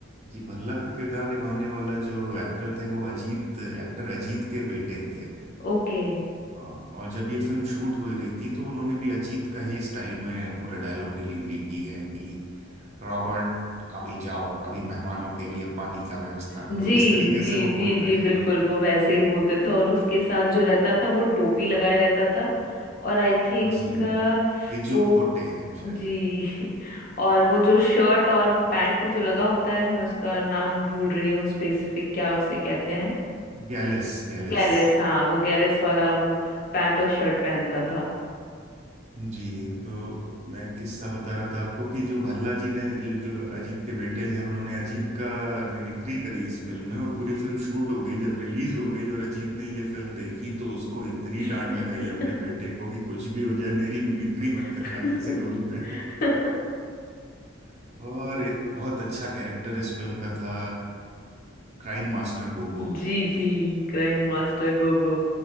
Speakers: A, on the right; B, on the left.
A: जी भल्ला का किरदार निभाने वाला जो एक्टर थे वो अजीत एक्टर अजीत के बेटे थे
B: ओके
A: हाँ, और जब ये फिल्म शूट हो रही थी तो उन्होंने भी अजीत का ही स्टाइल में पूरा डायलॉग डिलीवरी की है कि रॉबर्ट अभी जाओ अभी मेहमानों के लिए पानी का व्यवस्था
B: जी
A: करो इस तरीके
B: जी
A: से वो
B: जी
A: बोल
B: जी
A: रहे हैं
B: बिल्कुल वो वैसे ही बोलते थे और उसके साथ जो रहता था वो टोपी लगाए रहता था और आई थिंक
A: जी विजू
B: वो
A: खोटे हैं शायद
B: जी <laughs> और वो जो शर्ट और वो पैंट में जो लगा होता है मैं उसका नाम भूल रही हूँ स्पेसिफिक क्या उसे कहते हैं
A: गैलिस गैलिस
B: गैलेस हाँ वो गैलेस वाला वो पैंट और शर्ट पहनता था
A: जी तो मैं किस्सा बता रहा था आपको कि जो भल्ला जी ने जो जो अजीत के बेटे हैं उन्होंने अजीत का मिमिक्री करी इस फिल्म में और पूरी फिल्म शूट हो गई जब रिलीज हो गई और अजीत ने ये फिल्म देखी तो उसको इतनी
B: <laughs>
A: डांट लगाई अपने बेटे को कि कुछ भी हो जाए मेरी मिमिक्री मत
B: <laughs>
A: करना किसी रोल में
B: जी
A: <laughs> और एक बहुत अच्छा कैरेक्टर इस फिल्म का था क्राइम मास्टर गोगो
B: जी जी क्राइम मास्टर गोगो